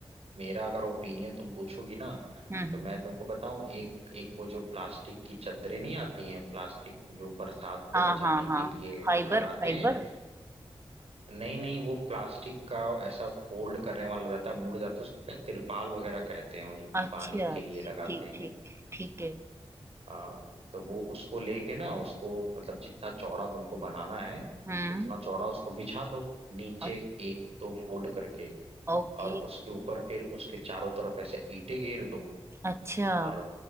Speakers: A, on the right; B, on the right.
A: मेरा अगर ओपिनियन तुम पूछोगी ना
B: हम्म हम्म।
A: तो मैं तुमको बताऊं एक एक वो जो प्लास्टिक की चादरें नहीं आती हैं प्लास्टिक जो बरसात से
B: हाँ
A: बचाने
B: हाँ
A: के
B: हाँ
A: लिए
B: Fibre
A: वो लगाते
B: fibre
A: हैं नहीं नहीं वो प्लास्टिक का ऐसा फोल्ड करने वाला रहता है मुड़ जाता है उसका तिरपाल वगैरह कहते हैं वो जो
B: अच्छा
A: पानी के लिए
B: ठीक
A: लगाते
B: ठीक
A: हैं
B: ठीक ठीक है
A: हाँ तो वो उसको लेके ना उसको मतलब जितना चौड़ा तुमको बनाना है
B: हम्म
A: उतना चौड़ा उसको बिछा दो नीचे
B: अ-
A: एक दो फोल्ड करके
B: ओके
A: और उसके ऊपर फिर उसके चारों तरफ ऐसे ईंटें घेर दो
B: अच्छा
A: और